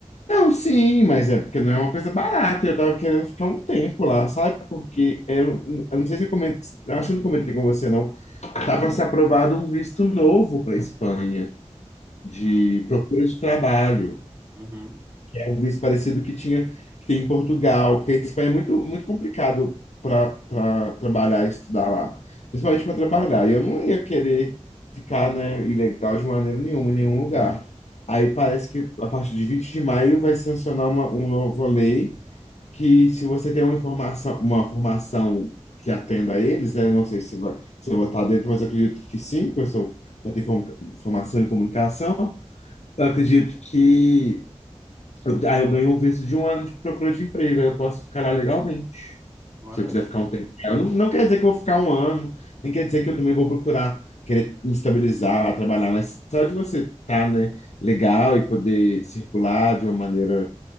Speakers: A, on the left (about 75°); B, on the right (about 20°).
A: não, sim, mas é porque não é uma coisa barata, eu tava querendo ficar um tempo lá, sabe? Porque eu, eu não sei se eu comentei, eu acho que eu não comentei com você, não. Tá para ser aprovado um visto novo para Espanha de
B: Hum,
A: procura de trabalho.
B: Uhum.
A: É um visto parecido que tinha que tem em Portugal, porque a Espanha é muito, muito complicado para trabalhar e estudar lá, principalmente para trabalhar. E eu não ia querer ficar, né, ilegal de maneira nenhuma, em nenhum lugar. Aí parece que a partir de 20 de maio vai sancionar uma, uma nova lei que se você tem uma informação, uma formação que atenda a eles, né, não sei se vai, se eu vou estar dentro, mas eu acredito que sim, porque eu sou, já tenho form- formação em comunicação. Eu acredito que eu- aí eu ganho um visto de um ano de procura de emprego, aí eu posso ficar lá legalmente.
B: Olha,
A: Se eu quiser ficar um tempo. Eu não, não quer dizer que eu vou ficar um ano, nem quer dizer que eu também vou procurar querer me estabilizar lá, trabalhar, mas só de você estar, né, legal e poder circular de uma maneira